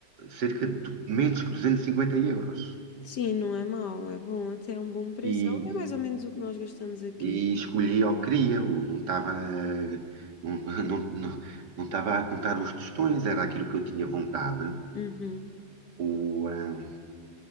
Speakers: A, on the right (about 70°); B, on the left (about 70°).
A: cerca de du- menos que 250 euros.
B: Sim, não é mau, é bom, até é um bom preço.
A: E,
B: É é mais ou menos o que nós gastamos aqui.
A: e escolhi o que queria, o- não estava a- não, não, não, não estava a contar os tostões, era aquilo que eu tinha vontade.
B: Uhum.
A: O, eh,